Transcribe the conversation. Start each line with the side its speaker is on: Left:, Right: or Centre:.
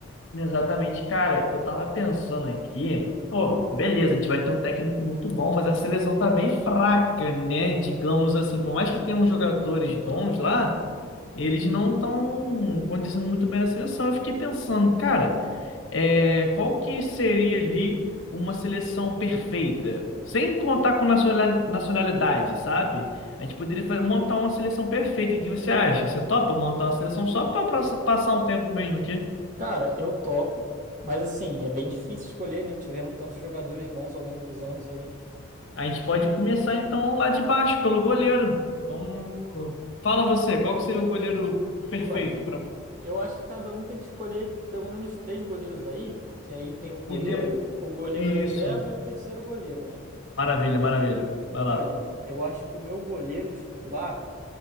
Left: Exatamente, cara. Eu tava pensando aqui, pô, beleza, a gente vai ter um técnico muito bom, mas a seleção tá bem fraca, né? Digamos assim, por mais que tenham jogadores bons lá. Eles não estão condizendo muito bem na seleção. Eu fiquei pensando, cara, é, qual que seria ali uma seleção perfeita? Sem contar com nacional- nacionalidade, sabe? A gente poderia fa- montar uma seleção perfeita. O que você acha? Você topa montar uma seleção só para passar um tempo mesmo aqui?
Right: Cara, eu topo, mas assim, é bem difícil escolher, né? Tiveram tantos jogadores bons ao longo dos anos aí.
Left: A gente pode começar então lá de baixo, pelo goleiro. Vamos. Fala você, qual que seria o goleiro perfeito
Right: Olha,
Left: para.
Right: eu acho que cada um tem que escolher pelo menos três goleiros aí, porque aí tem o goleiro,
Left: E de...
Right: o goleiro reserva
Left: Isso.
Right: e o terceiro goleiro, né?
Left: Maravilha, maravilha. Vai
Right: Olha,
Left: lá.
Right: eu acho que o meu goleiro titular